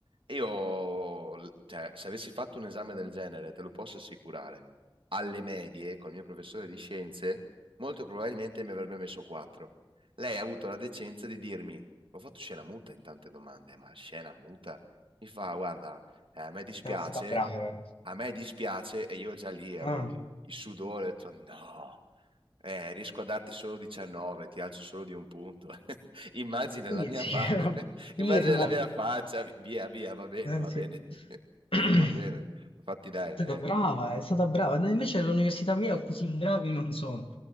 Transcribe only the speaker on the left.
è stata brava.
Ah,
inizi,
<laughs>
firmo.
Anzi,
<clears throat>
brava, è stata brava. No, Invece all'università mia così bravi non sono.